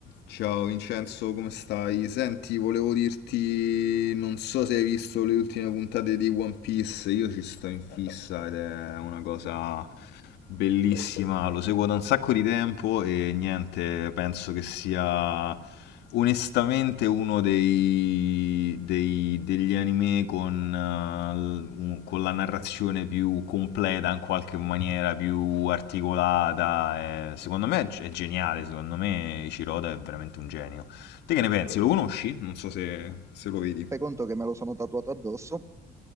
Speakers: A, on the left; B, on the right.
A: Ciao Vincenzo, come stai? Senti, volevo dirti, non so se hai visto le ultime puntate di One Piece, io ci sto in fissa ed è una cosa Bellissima, lo seguo da un sacco di tempo e niente, penso che sia onestamente uno dei, dei- degli anime con, eh, l- un- con la narrazione più completa in qualche maniera, più articolata. eh, secondo me è, è geniale, secondo me Ichiroda è veramente un genio. Te che ne pensi? Lo conosci? Non so se se lo vedi.
B: Fai conto che me lo sono tatuato addosso.